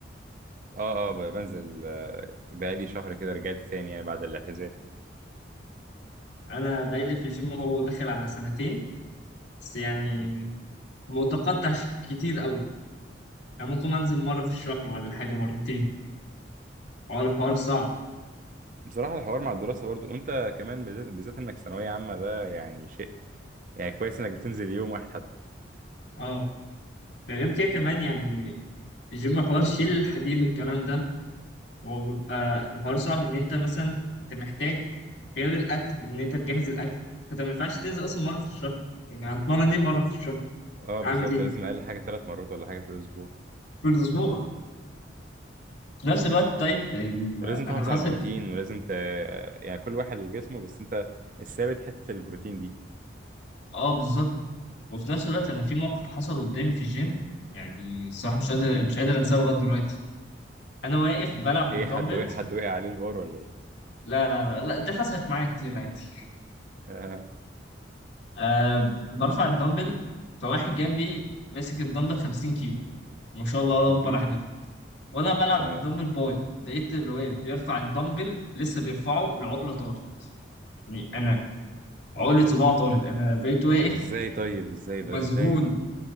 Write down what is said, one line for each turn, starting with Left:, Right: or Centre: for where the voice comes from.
Right: اه اه ب- بنزل آه، بقالي شهر كده رجعت تاني يعني بعد الاعتزال
Left: انا بقالي في الجيم هو داخل على سنتين بس يعني
Right: مم.
Left: متقطع كتير قوي يعني ممكن انزل مره في الشهر ولا حاجه مرتين حوار الحوار صعب
Right: بصراحة الحوار مع الدراسة برضو وانت كمان بالذات بالذات انك ثانوية عامة ده يعني شيء يعني كويس انك بتنزل يوم واحد حتى
Left: اه ده غير كده كمان يعني الجيم حوار شيل الحديد والكلام ده هو بيبقى الحوار صعب ان انت مثلا انت محتاج غير الاكل وان انت تجهز الاكل فانت ما ينفعش تنزل اصلا مره في الشهر يعني هتمرن ايه مره في الشهر
Right: اه بالظبط
Left: اعمل ايه
Right: لازم اقل حاجة ثلاث مرات ولا حاجة في الاسبوع
Left: في الاسبوع في نفس الوقت طيب ال...
Right: ولازم تحافظ
Left: انا حصل
Right: على البروتين ولازم ت... يعني كل واحد وجسمه بس انت الثابت حتة البروتين دي
Left: اه بالظبط وفي نفس الوقت انا في موقف حصل قدامي في الجيم يعني الصراحه مش قادر مش قادر انساه لغايه دلوقتي انا واقف بلعب بالدمبلز
Right: ايه حد وقع حد وقع عليه البار ولا ايه
Left: لا لا لا لا دي حصلت معايا كتير عادي
Right: <laughs>
Left: أه برفع الدمبل فواحد جنبي ماسك الدمبل 50 كيلو ما شاء الله الله
Right: مهم.
Left: اكبر عليه وانا بلعب
Right: تمام
Left: بالدمبل باي لقيت الواد بيرفع الدمبل لسه بيرفعه العقله طارت يعني انا عقله صباعه طارت انا بقيت واقف
Right: ازاي طيب ازاي
Left: مذهول
Right: ده ازاي